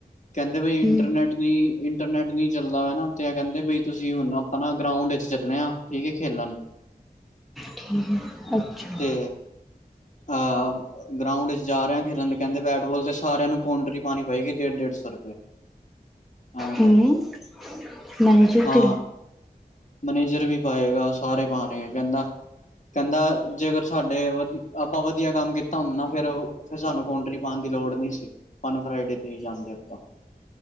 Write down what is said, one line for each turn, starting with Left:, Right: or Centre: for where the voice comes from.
Left: ਕਹਿੰਦੇ ਬ ਇੰਟਰਨੈਟ
Centre: ਹੂੰ
Left: ਨਹੀਂ ਇੰਟਰਨੈਟ ਨ ਚੱਲਦਾ ਵ ਨਾ ਤੇ ਕਹਿੰਦੇ ਬਈ ਤੁਸੀਂ ਹੁਣ ਆਪਣਾ ਗਰਾਊਂਡ ਈ ਚੱਲੇ ਆ ਠੀਕ ਹੈ ਖੇਲਣ
Centre: ਠੀਕ ਹੈ ਅੱਛਾ
Left: ਤੇ ਅਹ ਗਰਾਊਂਡ ਚ ਜਾ ਰਿਹਾ ਖੇਲਣ ਦੇ ਕਹਿੰਦੇ ਬੈਟਬਾਲ ਤੇ ਸਾਰਿਆਂ ਨੂੰ ਕਾਂਟਰੀ ਪਾਉਣੀ ਪਏਗੀ ਡੇਢ ਡੇਢ ਸੌ ਰੁਪਏ ਐਵੇ ਕਹਿ
Centre: ਹੂੰ
Left: ਰਹਿ ਸੀ
Centre: ਮੈਨੇਜਰ
Left: ਹਾਂ
Centre: ਤੇ
Left: ਮਨੇਜਰ ਵੀ ਪਾਏਗਾ ਸਾਰੇ ਪਾਣੇ ਕਹਿੰਦਾ ਕਹਿੰਦਾ ਜੇਕਗਰ ਸਾਡੇ ਵਧੀ ਆਪਾਂ ਵਧੀਆ ਕੰਮ ਕੀਤਾ ਹੁੰਦਾ ਨਾ ਫੇਿਰ ਫਿਰ ਸਾਨੂੰ ਕੌਟਰੀ ਪਾਉਣ ਦੀ ਲੋੜ ਨੀ ਸੀ ਸਾਨੂੰ ਫਰਾਈਡੇ ਤੇ ਹੀ ਜਾਂਦੇ ਆਪ <unintelligible>